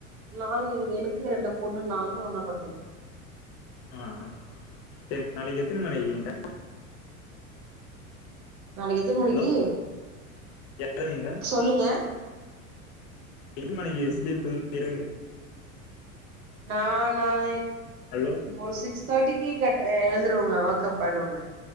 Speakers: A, on the right; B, on the left.
A: நாங்க எங்க எனக்கு ரெண்டு பொண்ணு நானு ஒண்ணா படுத்துப்
B: ஆ செரி நாளைக்கி எத்தன மணிக்கீங்க
A: நாளைக்கு எத்தன மணிக்கி
B: ஹலோ எழுவீங்க
A: சொல்லுங்க
B: எத்தன மணிக்கு ஸ்லீப்பு இரு எடுங்க
A: நா நாள
B: ஹலோ
A: ஒரு சிக்ஸ் தேர்ட்டிக்கு கெட் எழுந்துருவங்க வாக்அப் ஆய்டுவங்க